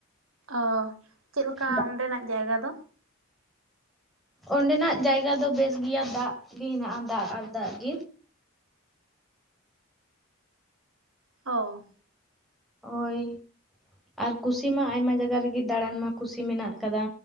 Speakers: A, on the right; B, in the centre.
A: ᱚᱻ ᱪᱮᱫ ᱞᱮᱠᱟ
B: ᱫᱟᱜ
A: ᱚᱸᱰᱮᱱᱟᱜ ᱡᱟᱭᱜᱟ ᱫᱚ?
B: ᱚᱸᱰᱮᱱᱟᱜ ᱡᱟᱭᱜᱟ ᱫᱚ ᱵᱮᱥ ᱜᱮᱭᱟ ᱫᱟᱜ ᱜᱮ ᱦᱮᱱᱟᱜᱼᱟ ᱫᱟᱜ ᱟᱨ ᱫᱟᱜ ᱜᱮ᱾
A: ᱚᱻ
B: ᱳᱭ ᱟᱨ ᱠᱩᱥᱤ ᱢᱟ ᱟᱭᱢᱟ ᱡᱟᱭᱜᱟ ᱨᱮᱜᱮ ᱫᱟᱬᱟᱱ ᱢᱟ ᱠᱩᱥᱤ ᱢᱮᱱᱟᱜ ᱟᱠᱟᱫᱟ᱾